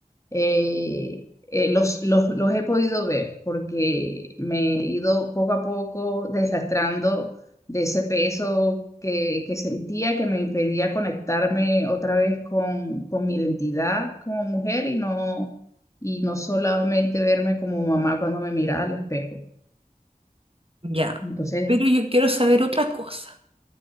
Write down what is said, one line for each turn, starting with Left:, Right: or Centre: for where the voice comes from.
Left: eh, eh, los, los, los he podido ver porque me he ido poco a poco deslastrando de ese peso que, que sentía que me impedía conectarme otra vez con, con mi identidad como mujer y no, y no solamente verme como mamá cuando me miraba al espejo.
Right: ya.
Left: Entonces,
Right: Pero yo quiero saber otra cosa.